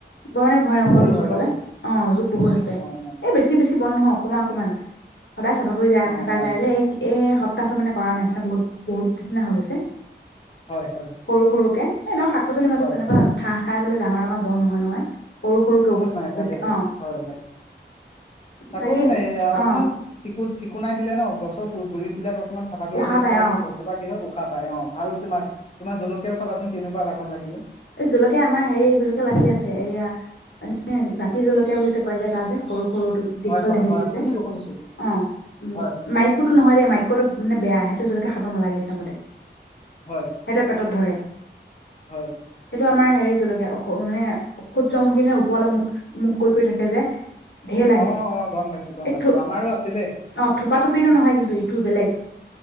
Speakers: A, on the left; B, on the left.
A: মই মানে ভয় নকৰো
B: বহুত হয়
A: যুকলে,
B: ন
A: অঁ যোক বহুত আছে,
B: অ অ
A: এই বেছি বেছি বন্দ নহওঁ অকমান অকমান। সদায় চাফা কৰি যায়
B: অ
A: থকা
B: অ
A: যায় যে, এই এ তাৰপাছত মানে কৰা নাই, সিহতৰ বহুত বহুত <unintelligible> হৈ গৈছে,
B: হয় হয়
A: সৰু সৰুকে। এনেও শাক পচলি মাজত
B: হয়
A: তেনেকোৱা <unintelligible> খাই পেলাই ডাঙৰ-ডাঙৰ বন্ধ নহয়- নহয়। সৰু সৰুকে
B: অঁ নাই তাকে-
A: হৈ যায়
B: তাকে
A: অ
B: হয় হয়, তাকে
A: বাকী
B: মানে এই আ অকমান
A: অ
B: চিকুণ চিকুণাই দিলে ন গছৰ গুৰি বিলাকক অকমান চাফা কৰি
A: উশাহ
B: ৰাখিলে
A: পাই
B: তেতিয়া
A: অ
B: মানে গছজোপা কি হয় উশাহ পায় অঁ ভাল তোমাৰ তোমাৰ জলকীয়াও চাবাচোন কেনেকুৱা লাগন লাগিব।
A: এই জলকীয়া আমাৰ হেৰি জলকীয়া লাগি আছে এয়া মানে জাতি জলকীয়া বুলি যে কয় যে এটা যে সৰু সৰুটো দীঘল
B: হয় হয়
A: দীঘলটো
B: হয় শুনিছো
A: যে,
B: শুনিছো
A: অঁ উম
B: হয়।
A: মাইক'তো নহয় দেই মাইক' টো মানে বেয়া আহে। সেইটো জলকীয়া খাব নালাগে <unintelligible> মতে। সেইটোৱে
B: হয়
A: পেটত ধৰে।
B: হয়।
A: সেইটো আমাৰ হেৰি জলকীয়া অঁ মানে সূৰ্যমুখী নে ওপৰলৈ মুখ মুখ কৰি- কৰি থাকে যে ঢেৰ লাগে,
B: অ অ গম পাইছো গম
A: এই
B: পাইছো
A: থো
B: আমাৰো আছিলে।
A: অ' থোপা থোপি টো নহয় কিন্তু ইটো বেলেগ।